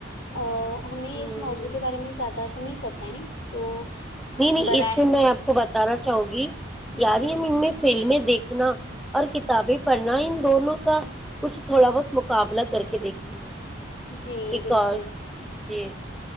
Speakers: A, on the left; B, in the centre.
A: اور ہمیں
B: نہیں
A: اس موضوع کے بارے میں زیادہ تیں پت ہے تو
B: نہیں نہیں
A: برائے
B: اس میں میں آپ کو بتانا چاہوں گی یارہیں
A: جی
B: م میں فلمیں دیکھنا اور کتابیں پڑھنا ان دونوں کا کچھ تھوڑا بہت مقابلہ کر کے دیکھیں گے میں
A: جی
B: ایک
A: بالکل
B: اور جی